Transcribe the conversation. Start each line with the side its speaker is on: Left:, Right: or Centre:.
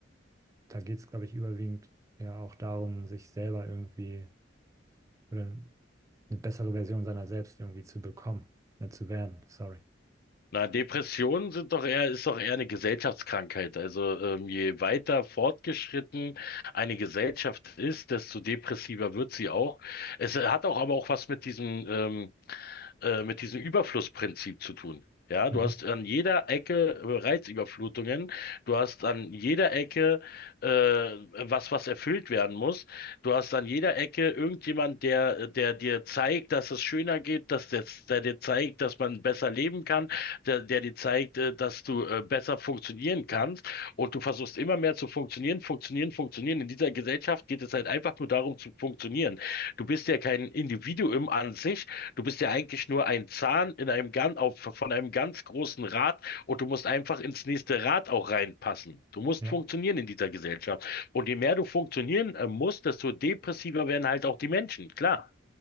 Right: da geht es, glaube ich, überwiegend ja auch darum, sich selber irgendwie oder eine bessere Version seiner selbst irgendwie zu bekommen, ne, zu werden. Sorry.
Left: Na, Depressionen sind doch eher, ist doch eher eine Gesellschaftskrankheit. Also, ähm, je weiter fortgeschritten eine Gesellschaft ist, desto depressiver wird sie auch. Es hat auch aber auch was mit diesem, ähm, äh, mit diesem Überflussprinzip zu tun. Ja,
Right: Mhm.
Left: du hast an jeder Ecke äh, Reizüberflutungen, du hast an jeder Ecke äh, was, was erfüllt werden muss, du hast an jeder Ecke irgendjemand, der, der dir zeigt, dass es schöner geht, dass der, der dir zeigt, dass man besser leben kann, der, der dir zeigt, äh, dass du äh, besser funktionieren kannst und du versuchst immer mehr zu funktionieren, funktionieren, funktionieren. In dieser Gesellschaft geht es halt einfach nur darum zu funktionieren. Du bist ja kein Individuum an sich, Du bist ja eigentlich nur ein Zahn in einem ganz, auf, von einem ganz großen Rad und du musst einfach ins nächste Rad auch reinpassen. Du musst
Right: Ja,
Left: funktionieren in dieser Gesellschaft. Und je mehr du funktionieren äh, musst, desto depressiver werden halt auch die Menschen, klar.